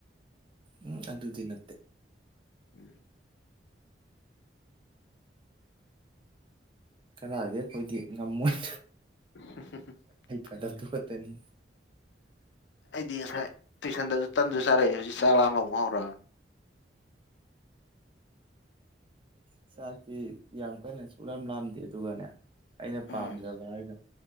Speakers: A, on the right; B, on the left.
A: ꯎꯝ ꯑꯗꯨꯗꯤ ꯅꯠꯇꯦ
B: ꯎꯝ
A: ꯀꯔꯗꯤ ꯑꯩꯈꯣꯏꯗꯤ ꯉꯝꯃꯣꯏ
B: <inaudible>
A: ꯀꯗꯔꯗꯨ ꯈꯠꯇꯅꯤ
B: ꯑꯩꯗꯤ ꯉꯁꯥꯏ ꯇꯨꯏꯁꯟꯗꯁꯨ ꯇꯟꯁꯨ ꯆꯥꯔꯛꯏꯅꯦ ꯍꯧꯖꯤꯛ ꯆꯥꯛ ꯂꯥꯛꯑꯝꯕ ꯑꯃꯨꯛ ꯍꯧꯔ
A: ꯎ ꯆꯥꯛꯁꯤ ꯌꯥꯝ ꯀꯟꯅ ꯁꯨꯂꯝ ꯂꯥꯝꯗꯦ ꯑꯗꯨꯒꯅꯦ ꯑꯩꯅ
B: ꯎꯝ
A: ꯄꯥꯝꯖꯕ ꯍꯥꯏꯗ